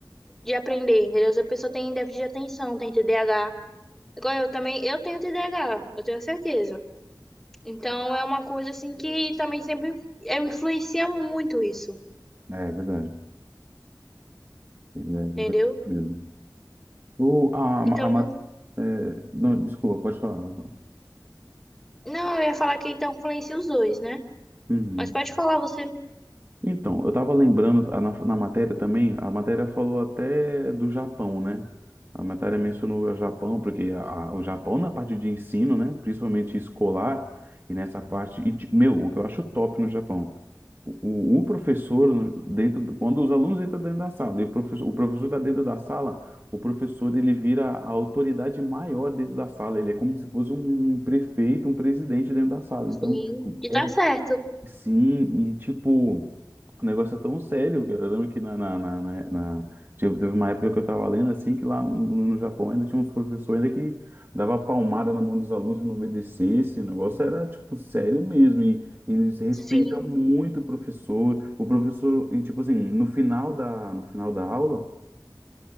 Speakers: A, in the centre; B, on the right.
A: de aprender, entendeu? Às vezes a pessoa tem déficit de atenção, tem TDAH. Igual eu também, eu tenho TDAH, eu tenho certeza. Então é uma coisa assim que também sempre é, influencia muito isso,
B: É, é verdade. É
A: entendeu?
B: verdade mesmo. O, a,
A: Então,
B: ma- a, ma- é, não, desculpa, pode falar.
A: não, eu ia falar que então influencia os dois, né?
B: Uhum.
A: Mas pode falar você.
B: Então, eu estava lembrando a- na, na matéria também, a matéria falou até do Japão, né? A matéria mencionou o Japão, porque a- a- o Japão na parte de ensino, né? Principalmente escolar, e nessa parte. E, ti- meu, o que eu acho top no Japão. O, o- o professor, dentro, do- quando os alunos entram dentro da sala, e o professor, o professor está dentro da sala, o professor ele vira a autoridade maior dentro da sala. Ele é como se fosse um, um prefeito, um presidente dentro da sala.
A: Sim,
B: Então, tipo,
A: e
B: é
A: tá certo.
B: Sim, e tipo, o negócio é tão sério. que Eu eu lembro que na, na, na, na- na- teve teve uma época que eu tava lendo assim, que lá no, no Japão ainda tinha uns professores ainda que dava palmada na mão dos alunos se não obedecesse. O negócio era, tipo, sério mesmo. E, e se respeita
A: Sim.
B: muito o professor. O professor, e tipo assim, no final da, no final da aula.